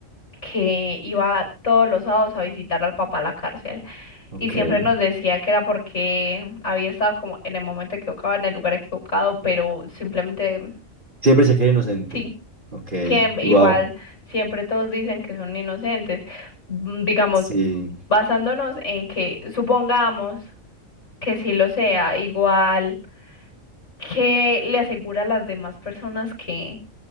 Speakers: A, on the left; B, on the right.
A: que iba todos los sábados a visitar al papá a la cárcel
B: Ok.
A: y siempre nos decía que era porque había estado como en el momento equivocado, en el lugar equivocado, pero simplemente...
B: Siempre se quiere inocente.
A: sí
B: Ok,
A: Siem- igual
B: wow.
A: siempre todos dicen que son inocentes. Mm, Digamos,
B: Sí.
A: mm, basándonos en que supongamos que sí lo sea, igual que le asegura a las demás personas que,